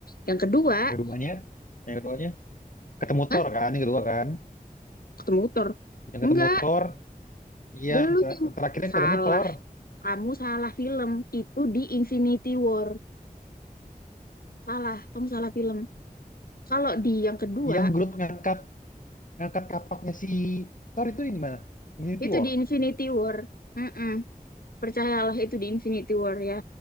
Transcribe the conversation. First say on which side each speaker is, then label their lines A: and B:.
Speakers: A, on the left; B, on the left.
A: yang kedua
B: Yang keduanya, yang keduanya ketemu Thor
A: hah
B: kan, yang kedua kan.
A: ketemu Thor
B: Yang
A: enggak
B: ketemu Thor, iya
A: belum
B: ter-
A: yang
B: terakhirnya
A: salah
B: ketemu Thor.
A: kamu salah film itu di Infinity War salah kamu salah film kalau di yang kedua
B: Yang Groot ngangkat ngangkat kapaknya si Thor itu di mana? Infinity
A: itu
B: War.
A: di Infinity War Mm-mm. percayalah itu di Infinity War ya.